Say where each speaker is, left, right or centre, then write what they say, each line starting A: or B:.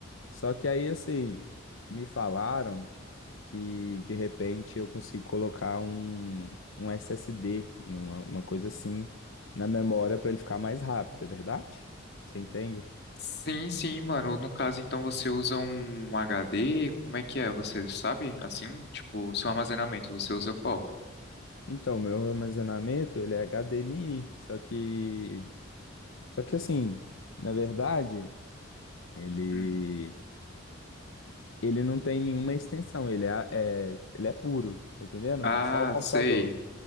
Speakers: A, on the left (about 70°); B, on the left (about 50°).
A: Só que aí, assim, me falaram que de repente eu consigo colocar um, um SSD, uma, uma coisa assim, na memória para ele ficar mais rápido, é verdade? Você entende?
B: Sim, sim, mano. No caso, então, você usa um HD? Como é que é? Você sabe? Assim, tipo, seu armazenamento, você usa qual?
A: Então, meu armazenamento, ele é HDMI, só que, só que assim, na verdade, ele,
B: Hum.
A: ele não tem nenhuma extensão, ele é, é- ele é puro, tá entendendo?
B: Ah,
A: É só o computador.
B: sei.